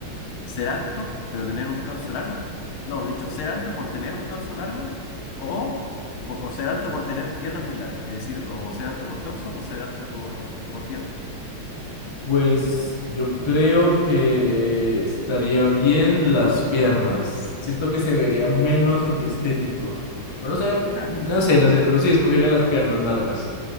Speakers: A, on the left (about 85°); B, on the left (about 20°).
A: ser alto, pero tener un torso largo. No, de hecho, ser alto por tener un torso largo o, o ser alto por tener piernas muy largas. Es decir, o ser alto por torso o ser alto por, por piernas.
B: Pues yo creo que estaría bien las piernas. Siento que se vería menos antiestético. O no sé,
A: Claro,
B: no sé, no sé, pero sí escogería las piernas largas.